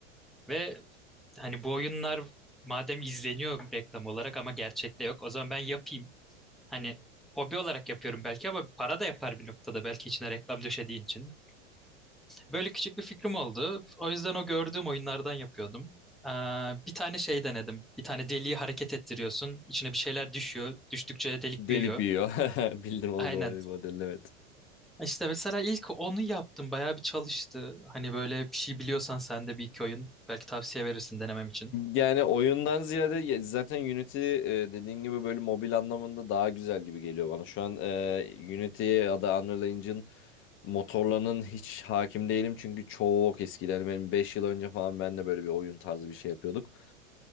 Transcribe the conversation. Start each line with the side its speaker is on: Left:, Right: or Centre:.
Centre: Ve hani bu oyunlar madem izleniyor reklam olarak ama gerçekte yok o zaman ben yapayım. Hani hobi olarak yapıyorum belki ama para da yapar bir noktada belki içine reklam döşediği için. Böyle küçük bir fikrim oldu. O yüzden o gördüğüm oyunlardan yapıyordum. Ee, bir tane şey denedim. Bir tane deliği hareket ettiriyorsun. İçine bir şeyler düşüyor. Düştükçe delik
Left: Delik
Centre: büyüyor.
Left: büyüyor. <laughs> Bildim o o-
Centre: Aynen.
Left: o modeli evet.
Centre: İşte mesela ilk onu yaptım. Bayağı bir çalıştı. Hani böyle bir şey biliyorsan sen de bir iki oyun. Belki tavsiye verirsin denemem için.
Left: Yani oyundan ziyade ya- zaten Unity e, dediğin gibi böyle mobil anlamında daha güzel gibi geliyor bana. Şu an e, Unity ya da Unreal Engine motorlarının hiç hakim değilim. Çünkü çok eskiden yani benim 5 yıl önce falan ben de böyle bir oyun tarzı bir şey yapıyorduk.